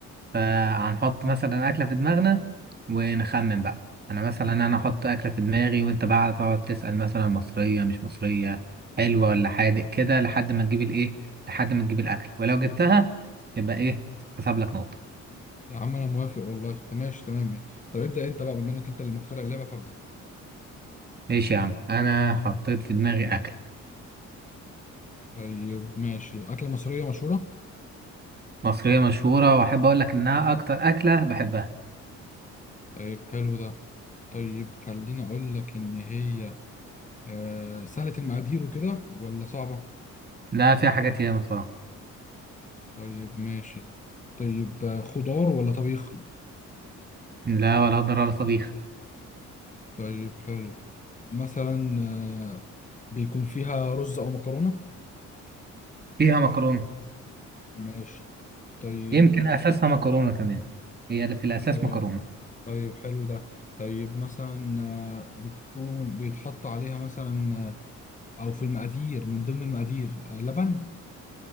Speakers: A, on the right; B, on the left.
A: فهنحط مثلا أكلة في دماغنا ونخمن بقى أنا مثلا أنا أحط أكلة في دماغي وأنت بقى تقعد تسأل مثلا مصرية مش مصرية حلوة ولا حادق كده لحد ما تجيب الإيه لحد ما تجيب الأكل ولو جبتها يبقى إيه حسب لك نقطة
B: يا عم انا موافق والله طب ماشي تمام طب ابدأ انت بقى بما انك انت اللي مخترع اللعبة فابدأ
A: ماشي يا عم أنا حطيت في دماغي أكلة
B: طيب ماشي أكلة مصرية مشهورة
A: مصرية مشهورة وأحب أقول لك إنها أكتر أكلة بحبها
B: طيب حلو ده طيب خليني اقول لك ان هي آه سهلة المقادير وكده ولا صعبة
A: لا فيها حاجات ياما صراحة
B: طيب ماشي طيب آه، خضار ولا طبيخ
A: لا ولا هضر ولا طبيخ
B: طيب حلو مثلا آه بيكون فيها رز او مكرونة
A: فيها مكرونة
B: ماشي طيب
A: يمكن أساسها مكرونة كمان هي اللي في الأساس
B: طيب
A: مكرونة
B: طيب حلو ده طيب مثلا آه، بتكون بيتحط عليها مثلا آه، او في المقادير من ضمن المقادير آه، لبن